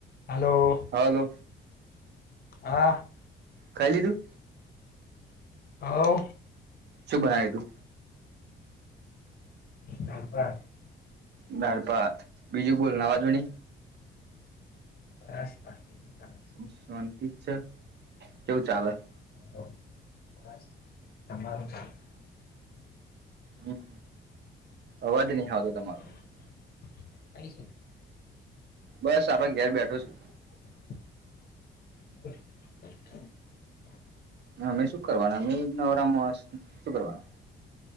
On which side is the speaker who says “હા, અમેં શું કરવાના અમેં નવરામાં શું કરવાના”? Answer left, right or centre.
Right